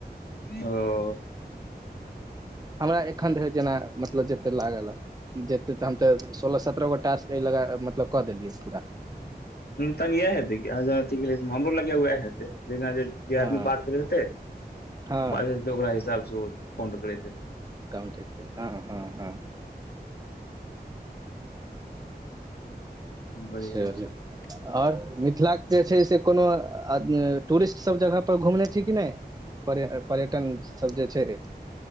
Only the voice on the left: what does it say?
ओ।
तन यह हेतै कि हमरो लगेा वएह हे जे
आदमी बात करैत हेतै
बाते। ओकरा हिसाब से ओ कउं करैत हेतै
बढ़िआँ
छै तऽ